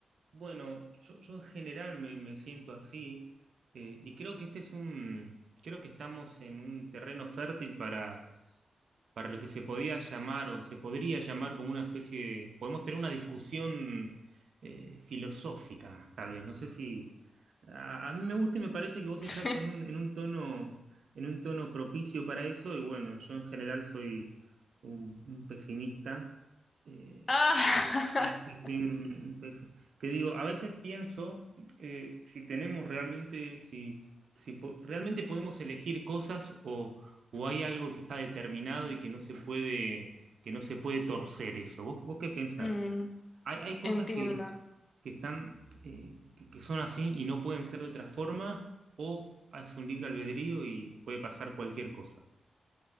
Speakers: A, on the right (about 55°); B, on the left (about 30°).
A: Bueno, yo, yo en general me, me siento así eh, y creo que este es un, creo que estamos en un terreno fértil para para lo que se podía llamar o se podría llamar como una especie de, podemos tener una discusión eh, filosófica, tal vez. No sé si a, a mí me gusta y me parece que vos
B: <laughs>
A: estás en un, en un tono, en un tono propicio para eso, y bueno, yo en general soy un, un pesimista. eh,
B: Ah,
A: Sí, sí,
B: <laughs>
A: sí, mm, pues, que digo, a veces pienso eh, si tenemos realmente, si, si po- realmente podemos elegir cosas o, o hay algo que está determinado y que no se puede, que no se puede torcer eso. ¿Vos, vos qué pensás?
B: mm,
A: Hay, hay cosas
B: entiendo.
A: que, que están, eh, que, que son así y no pueden ser de otra forma, o es un libre albedrío y puede pasar cualquier cosa.